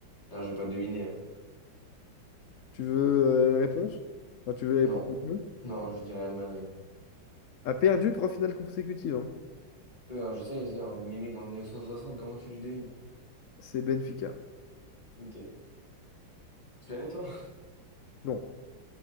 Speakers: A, on the left; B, on the left.
A: alors je vais pas deviner là.
B: Tu veux euh, la réponse? Enfin, tu veux
A: Non,
B: les propositions?
A: non, je dis Real Madrid.
B: A perdu trois finales consécutives. hein.
A: Oui, alors, je sais, je sais, en, mais mec, en 1960, comment tu veux que je devine?
B: C'est Benfica.
A: Ok. Tu l'avais toi?
B: Non.